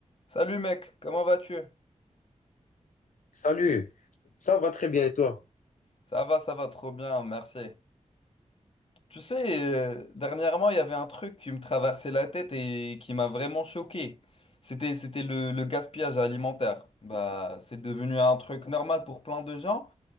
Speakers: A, on the left; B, on the left.
A: Salut mec, comment vas-tu?
B: Salut, ça va très bien et toi?
A: Ça va, ça va trop bien, merci. Tu sais, euh, dernièrement, il y avait un truc qui me traversait la tête et qui m'a vraiment choqué. C'était, c'était le, le gaspillage alimentaire. Bah, c'est devenu un truc normal pour plein de gens